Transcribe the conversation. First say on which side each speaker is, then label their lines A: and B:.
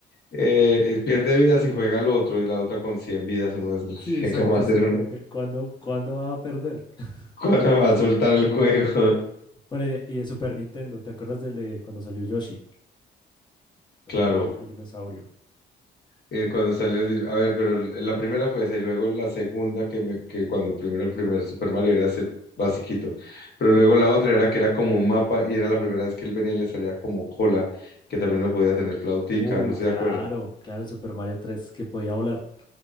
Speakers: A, on the left; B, on the left.
A: eh, eh, pierde vidas y juega al otro y la otra con cien vidas, uno es <laughs>
B: Sí, exacto,
A: ¿cómo hacer
B: sí,
A: uno?
B: como que cuando, cuándo va a perder? <laughs>
A: ¿Cuándo va a soltar el juego? <laughs>
B: Bueno, y de, y de Super Nintendo, ¿te acuerdas del de cuando salió Yoshi? Cuando
A: Claro,
B: salió el, el dinosaurio.
A: eh, cuando salió, el di- a ver, pero l- la primera fue esa y luego la segunda que, me, que cuando primero el primer Super Mario era ese basiquito, pero luego la otra era que era como un mapa y era la primera vez que él venía y le salía como cola, que también no podía tener flautica,
B: Uh,
A: no se
B: claro,
A: acuerda
B: claro, el Super Mario 3 que podía volar.